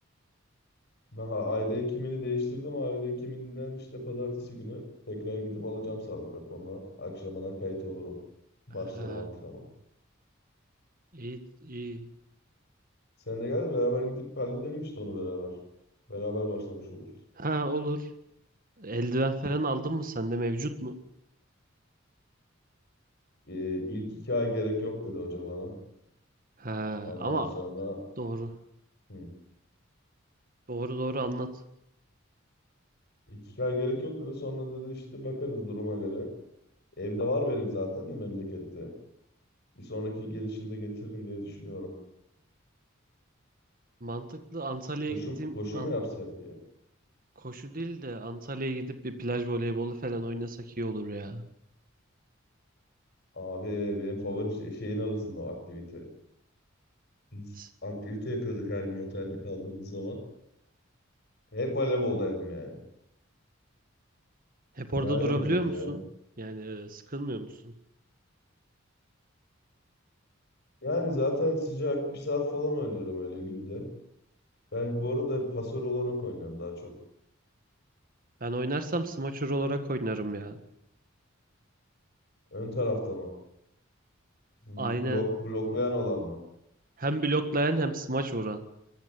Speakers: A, on the left; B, on the right.
A: Ben ha- aile hekimini değiştirdim. Aile hekiminden işte pazartesi günü tekrar gidip alacağım sağlık raporunu. Akşamına kayıt olurum. Başlarım
B: Ha,
A: antrenmanı.
B: iyi iyi.
A: Sen de gel beraber gidip halledelim işte onu beraber. Beraber başlamış oluruz.
B: Ha olur. Eldiven falan aldın mı? Sende mevcut mu?
A: Ee, ilk iki ay gerek yok dedi hoca bana.
B: Ha
A: Ondan
B: ama
A: sonra
B: doğru.
A: hı,
B: Doğru doğru anlat.
A: ilk iki ay gerek yok dedi. Sonra dedi işte bakarız duruma göre. Evde var benim zaten de memlekette. Bir sonraki gelişimde getiririm diye düşünüyorum.
B: Mantıklı. Antalya'ya
A: koşum
B: gittiğim
A: koşu
B: an-
A: mu yapsak ya?
B: koşu değil de Antalya'ya gidip bir plaj voleybolu falan oynasak iyi olur ya.
A: Abi benim favori şey- şeyin arasında o aktivite. Biz
B: S-
A: aktivite yapıyorduk her gün otelde kaldığımız zaman. Hep voleyboldaydım yani.
B: Hep
A: Fena
B: orada
A: eğlenceli
B: durabiliyor musun?
A: ya.
B: Yani e, sıkılmıyor musun?
A: Yani zaten sıcak bir saat falan oynuyorum öyle günde. Ben bu arada pasör olarak oynuyorum daha çok.
B: Ben oynarsam smaçör olarak oynarım ya.
A: Ön tarafta mı? Bu-
B: Aynen.
A: Blok, bloklayan olan mı?
B: Hem bloklayan hem smaç vuran.